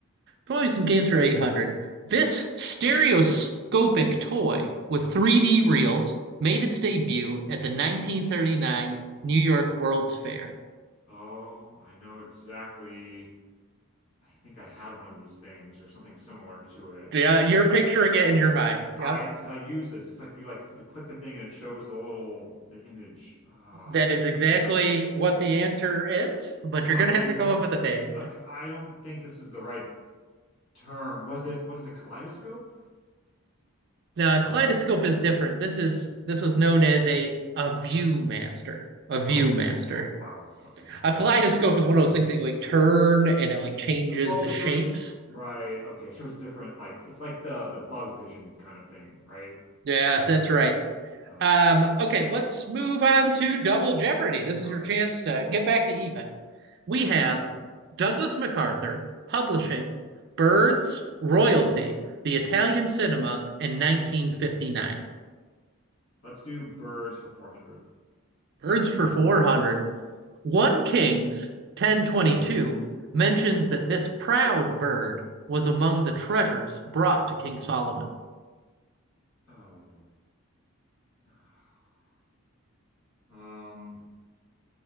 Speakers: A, on the right; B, on the left.
A: Toys and games for 800. This stereoscopic toy with 3D reels made its debut at the 1939 New York World's Fair.
B: Oh, I know exactly. I think I had one of these things or something similar to it.
A: Yeah, you're
B: I don't know.
A: picturing it in your mind. Yeah,
B: I because I use this. It's like you like you click the thing and it shows the little the image. Uh,
A: That is exactly what the answer is, but you're
B: I
A: gonna have to
B: don't.
A: come up with a name.
B: ok, I don't think this is the right term. Was it? What is a kaleidoscope?
A: Now, a kaleidoscope is different. This is this was known as a a ViewMaster, A ViewMaster.
B: Oh. Oh wow. Okay.
A: A kaleidoscope is one of those things that you like turn and it like changes
B: Oh,
A: the
B: it
A: shapes.
B: shows it sh right. Okay, it shows different like it's like the the bug vision kind of thing, right?
A: Yes,
B: Or
A: that's right.
B: uh
A: Um, okay, let's move on to Double Jeopardy. This is
B: okay.
A: your chance to get back to even. We
B: Right.
A: have Douglas MacArthur, Publishing, Birds, Royalty, The Italian Cinema, and 1959.
B: Let's do birds for 400.
A: Birds for 400. One Kings 1022 mentions that this proud bird was among the treasures brought to King Solomon.
B: Oh. <sighs> Um.